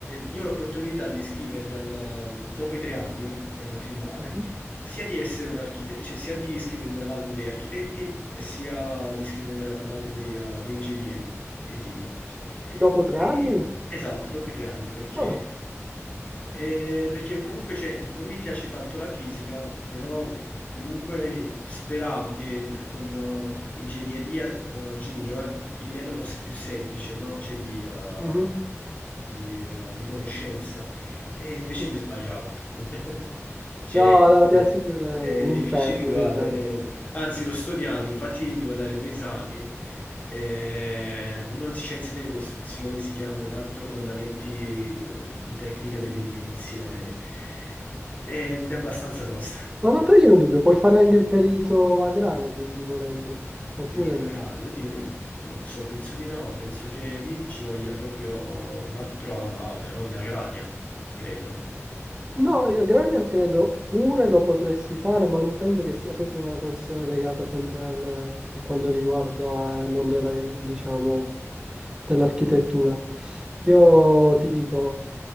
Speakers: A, on the left (about 30°); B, on the right (about 15°).
A: io ho l'opportunità di iscrivermi alla- dopo i tre anni, è una triennale,
B: Mhm.
A: sia di essere un architetto, cioè sia di iscrivermi all'albo degli architetti e sia di iscrivermi all'albo dei, eh, dei ingegneri edili. Cioè.
B: Dopo tre
A: Quindi,
B: anni?
A: esatto, dopo i tre anni, perché,
B: Ah,
A: eh, perché comunque cioè, non mi piace tanto la fisica, però comunque speravo che con eh, ingegneria eh, junior il livello fosse più semplice, no? Cioè di, eh,
B: mhm,
A: di, eh, di conoscenza. E invece
B: sì.
A: mi sbagliavo. <laughs> Cioè,
B: No, no,
A: è,
B: ti assicuro, è
A: è
B: un
A: difficile
B: inferno,
A: uguale.
B: un inferno.
A: eh. Anzi, lo sto odiando. Infatti, devo dare due esami. Eh, uno di Scienze delle Costruzioni si chiama, e un altro Fondamenti eh, di Tecnica delle Edilizie. Ed è abbastanza tosta.
B: Ma ma io ho un dubbio, puoi fare anche il perito agrario, quindi volendo, oppure
A: Perito
B: no?
A: agrario, oddio, non, non lo so, penso di no. Penso che lì ci voglia proprio un'altra laurea, no? In agraria, credo.
B: No, io aggravio credo pure lo potresti fare, ma penso che sia proprio una questione legata sempre al, per quanto riguarda il mondo della, diciamo, dell'architettura. Io ti dico,